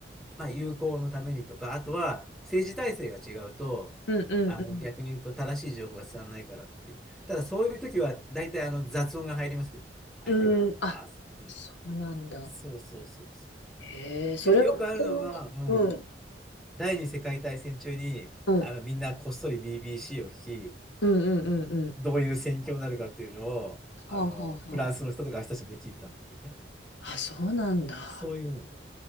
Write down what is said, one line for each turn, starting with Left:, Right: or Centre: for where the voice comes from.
Centre: まあ、友好のためにとか、あとは政治体制が違うと、
Left: うん、
Centre: あの逆に言うと正しい情報が伝わらないからっていう。ただそういう時は大体あの雑音が入りますけど、相手側がバーッうん。
Left: うん、うん、あ、そうなんだ。
Centre: そうそうそうそう。
Left: へえ、それが子供うん、
Centre: でもよくあるのが、うん、第二次世界大戦中にあのみんなこっそり
Left: うん、
Centre: BBC を聞き、
Left: うん、うん、うん、うん。
Centre: どういう戦況になるかっていうのを、あのフランスの人とか私たちみんな聞いてたんだっていうね。
Left: はあ、はあ、はあ。あ、そうなんだ。
Centre: そういうの。